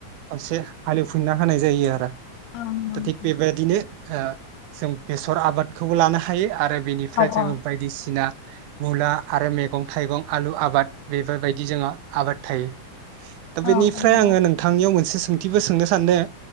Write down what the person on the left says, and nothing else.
नंगौ
नोंथां
औ
औ
औ
औ
ओ